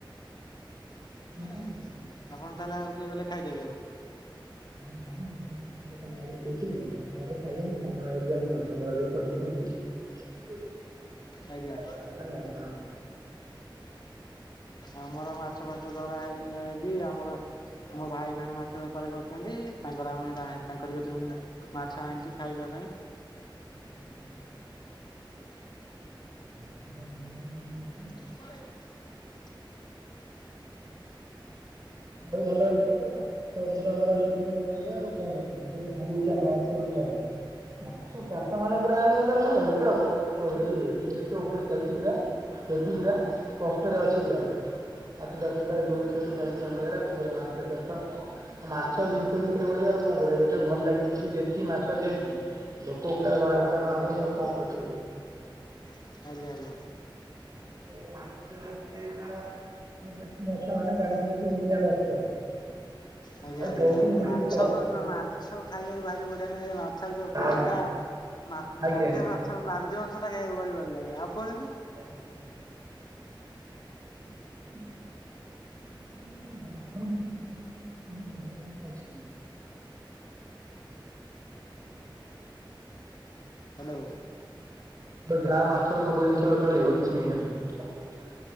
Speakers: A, on the left; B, on the right.
A: ଆପଣ
B: ମୋର କଣ କହୁଥିଲି
A: ତାହେଲେ ଆଉ ଟିକେ ଗଲେ ଖାଇଦେବେ ଏଇଠି।
B: ନା ନାଇଁ ମୁଁ ତ କଣ ଆଗରୁ କହୁଥିଲି ଘରେ ଖାଇବ ସାନ ଭାଇ ଘରିକା ଏମିତି ଧରୁଛନ୍ତି ଆଉଥରେ ପଶିଗନି।
A: ଆଜ୍ଞା
B: ମାଛ ଧରିନୁ ହଁ।
A: ଆମର ମା ମାଛ ଫାସ ଧରା ହେଇକି ଆଇଚି ଆମର ମୋ ଭାଇ ଜଣେ ମାଛ ବେପାର କରୁଛନ୍ତି ତାଙ୍କର ଆମେ ବା ଏ ତାଙ୍କରି କତିରୁ ମୁଁ ମାଛ ଆଣିଛୁ ଖାଇବା ପାଇଁ।
B: <unintelligible> ମାଛ ତ ଆମ ଇଆଡ଼େ ନଈ ଅ
A: <inaudible>
B: ଭଲ ହେଇଥିବ ଆଉ ମାଛ ତମର ତ୍ ଆମର ଇଏ ଠିକ ନା ଏଇ ଆଉ କଣ କରିବି ମୁଁ ଆଉ ତାକୁ ବହୁତ ବଣ୍ଟା ହେଇଚି ଅନଲାଇନ୍। ମାଛ ଚାଷ ମାନେ ପୁରା ମାନେ ମାନେ ଉପ ପୁରା ଉପ ପ ଇଏ। ଶେଷ୍ଟ ଉପରେ ଚାଲିଛି ପୁରା ସେଦି ପୁରା ସ୍ପଷ୍ଟରେ ଅଛି ପୁରା। ମାଛ ଚାଷ ପୁରା ଜୋରସୋରରେ ଚାଲିଛି ଆମ ଇଆଡେ ଆଉ କଣ କରିବା ମାଛ ଚାଷ ଆଉ ମାଛ ଜିନିଷ ବି ସେଇଭଳି ଆଉ କଣ କରିବା ଯେତେ ଭଲ ଲାଗେ କିଛି ଦେଶୀ ମାଛ ଯେହେତୁ। ଲୋକ ପୁରା ଧଡା ଫଡା ନବା
A: ଆଜ୍ଞା
B: ପାଇଁ ଆଉ କଣ କରିପାରିବା?
A: ଆଜ୍ଞା ଆଜ୍ଞା।
B: ଆଉ ମାଛ ମାଛର ଯେମିତି ଇଏ ଗୋଟାକ ଆସେ। ଦେଶୀ ମାଛ ମାନେ ଜାଣିଥିବେ କି ମିଳିଆ କଷ୍ଟ।
A: ଆଜ୍ଞା
B: ଆଉ
A: ଆଜ୍ଞା
B: ଯୋଉଠି ମିଳୁଥିବ
A: ମାଛ ତ ମ-ମାଛ
B: ମିଳୁଥିବ
A: ଖାଇବାକୁ ଭାରି ବଢିଆ ନାଗେ ମାଛର ଯୋଉ କଣ୍ଟା।
B: ଆଜ୍ଞା
A: ମା
B: ଆଜ୍ଞା
A: ମତେ ମାଛର ଲାଞ୍ଜ ଅଂଶ ଟା ଖାଇବାକୁ ଭାରି ଭଲ ଲାଗେ ଆପଣକୁ
B: ଆଜ୍ଞା। <inaudible> ଚଳିବ ଆପଣ ଙ୍କୁ ବି କମ୍ୱିନେସନ <inaudible> ଅଛି।
A: ହ୍ୟାଲୋ
B: ତ ଯାହା ମାଛର ସବୁ ଜିନିଷ ଚଳିବ କିଛି ନାହିଁ ଏମିତି।